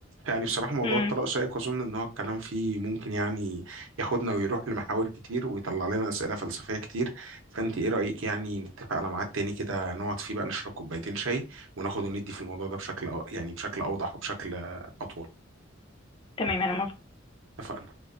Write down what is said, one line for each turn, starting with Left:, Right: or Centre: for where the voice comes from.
Right: يعني بصراحة موضوع
Left: امم
Right: الطلاق شائك وأظن إن هو الكلام فيه ممكن يعني ياخدنا ويروح لمحاور كتير ويطلع لنا أسئلة فلسفية كتير فأنت إيه رأيك يعني نتفق على ميعاد تاني كده نقعد فيه بقى نشرب كوبايتين شاي وناخد وندي في الموضوع ده بشكل أو- يعني بشكل أوضح وبشكل أطول
Left: تمام انا
Right: اتفقنا